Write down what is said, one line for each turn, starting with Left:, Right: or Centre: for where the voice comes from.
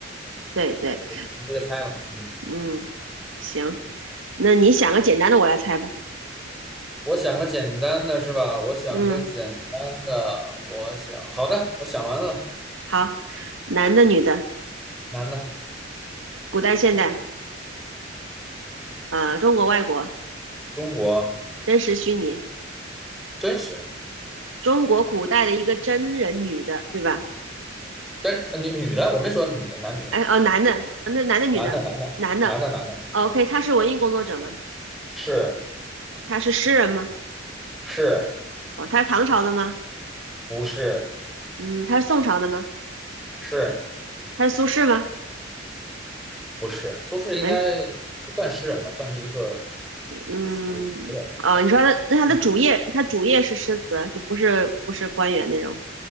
Right: 对对，
Centre: 我就一个一个猜吧，嗯。
Right: 嗯，行，那你想个简单的，我来猜吧。
Centre: 我想个简单的是吧？我想个简单的，
Right: 嗯，
Centre: 我想，好的，我想完了。
Right: 好，男的、女的，
Centre: 男的，
Right: 古代、现代，呃，中国、外国，
Centre: 中国
Right: 真实、虚拟，
Centre: 真实
Right: 中国古代的一个真人女的，对吧？
Centre: 真呃女女的，我没说女的，男女
Right: 哎，哦，男的，那男的、女的，
Centre: 男的男的男的男的，
Right: 男的，OK，
Centre: 嗯，
Right: 他是文艺工作者吗？
Centre: 是
Right: 他是诗人吗？
Centre: 是
Right: 哦，他是唐朝的吗？
Centre: 不是
Right: 嗯，他是宋朝的吗？
Centre: 是
Right: 他是苏轼吗？
Centre: 不是？苏轼应该不算诗人吧，
Right: 哎，
Centre: 算是一个
Right: 嗯，
Centre: 词词人吧，
Right: 哦，
Centre: 是吧？
Right: 你说他那他的主业，
Centre: 啊，文学家。
Right: 他主业是诗词，就不是不是官员那种，